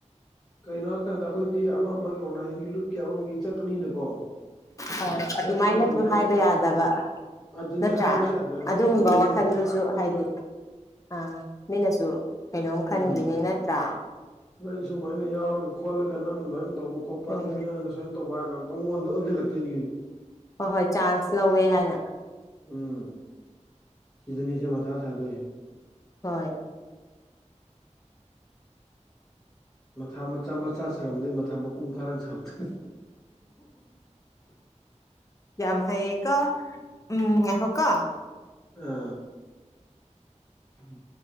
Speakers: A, in the centre; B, on the left.
A: ꯀꯩꯅꯣ ꯍꯥꯏꯀꯥꯟꯗ ꯑꯩꯈꯣꯏꯗꯤ ꯑꯃ ꯑꯃꯒꯤ ꯑꯣꯔꯒꯅꯥꯏꯖꯦꯁꯟꯒꯤ ꯂꯨꯞꯀꯤ ꯑꯃꯒꯤ ꯆꯠꯄꯅꯤꯅꯀꯣ
B: ꯍ ꯑꯗꯨꯃꯥꯏꯅꯁꯨ
A: ꯆꯠꯄ ꯃꯇꯝꯗ
B: ꯍꯥꯏꯕ ꯌꯥꯗꯕ
A: ꯑꯗꯨꯅꯤ
B: ꯅꯠꯇ꯭ꯔꯥ
A: ꯍꯥꯏꯕꯁꯨ ꯌꯥꯗꯕ
B: ꯑꯗꯨꯒꯨꯝꯕ
A: ꯑꯗꯨꯅꯤ
B: ꯋꯥꯈꯜꯗꯨꯁꯨ
A: ꯐꯔꯛꯅꯦꯕ
B: ꯍꯥꯏꯗꯤ ꯑ ꯃꯤꯅꯁꯨ ꯀꯩꯅꯣꯝ
A: ꯎꯝ
B: ꯈꯟꯈꯤꯅꯤ ꯅꯠꯇ꯭ꯔꯥ
A: ꯅꯣꯏ ꯑꯩ ꯁꯨꯃꯥꯏꯅ ꯌꯥꯎꯔꯒ ꯈꯣꯠꯂꯒ ꯅꯪꯅ ꯂꯣꯏꯅ ꯇꯧꯕ ꯈꯣꯠꯄ
B: ꯎꯝ
A: ꯅꯨꯄꯤꯤꯀꯥꯡꯗ ꯁꯨꯃꯥꯏꯅ ꯇꯧꯕ ꯍꯥꯏꯔ ꯑꯣꯟꯁꯤꯜꯂꯛꯇꯣꯏꯅꯤꯅꯦ
B: ꯍꯣꯏ ꯍꯣꯏ ꯆꯥꯟꯁ ꯂꯧꯋꯦ ꯍꯥꯏꯅ
A: ꯎꯝ ꯁꯤꯗꯅꯤꯁꯦ ꯃꯊꯥ ꯁꯥꯗꯣꯏꯁꯦ
B: ꯍꯣꯏ
A: ꯃꯊꯥ ꯃꯆꯥ ꯃꯆꯥ ꯁꯥꯔꯝꯝꯕꯗꯒꯤ ꯃꯊꯥ ꯃꯄꯨꯡ ꯐꯥꯅ ꯁꯥꯔꯛꯇꯦ
B: ꯌꯥꯃ ꯑꯦꯀ ꯎꯝ ꯌꯥꯍ ꯀ
A: ꯑꯥ ꯎꯝ